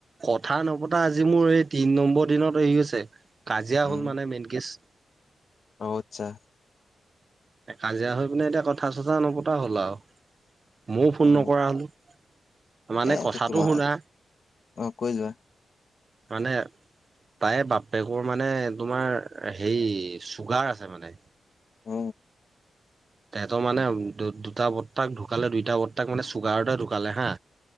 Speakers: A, on the right; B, on the left.
A: কথা নপতা আজি মোৰ এই তিন নম্বৰ দিনত <unintelligible> আছে। কাজিয়া
B: উম
A: হ'ল মানে মেইন কেচ।
B: অ', আতছা।
A: এ কাজিয়া হৈ পিনে এতিয়া কথা চঠা নপত টা হ'ল আৰু। ময়ো ফোন
B: অ
A: নকৰা হ'লোঁ। মানে
B: এ
A: কথাটো
B: তোমাৰ
A: শুনা।
B: অ কৈ যোৱা
A: মানে তাই বাপেকৰ মানে তোমাৰ হেৰি চুগাৰ আছে মানে।
B: অ
A: তেহেতৰ মানে দুটা বৰ্তাক ঢুকালে, দুইটা বৰ্তাক মানে চুগাৰতে ঢুকালে হা।